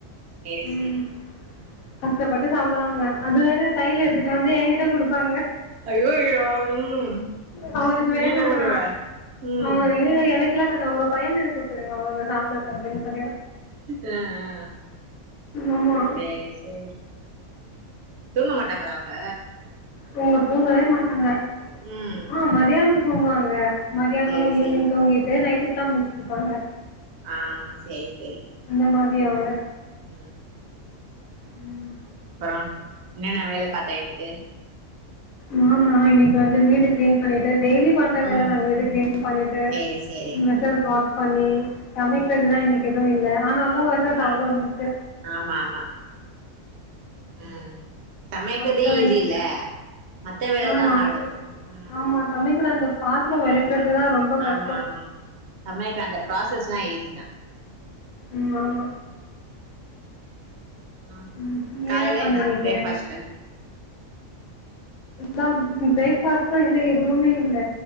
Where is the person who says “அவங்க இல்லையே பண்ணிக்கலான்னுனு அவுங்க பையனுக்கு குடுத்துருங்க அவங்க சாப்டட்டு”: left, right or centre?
Left